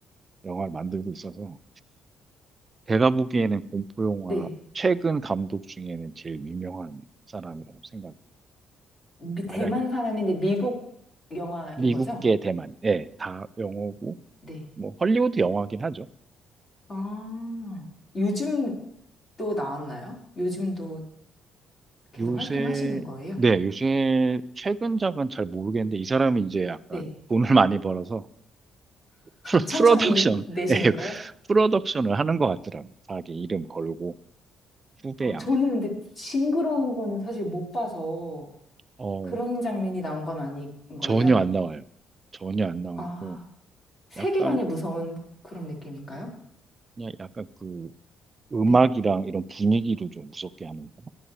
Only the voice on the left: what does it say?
네.
미-
대만 사람인데 미국 영화인
거죠?
네.
아, 요즘 또 나왔나요? 요즘도 계속
활동하시는 거예요?
네.
<laughs> 천천히
내시는
거예요?
아, 저는 근데 징그러운 거는 사실 못 봐서
그런 장면이 나온 건 아닌 거예요.
아, 세계관이
무서운 그런 느낌인가요?
네.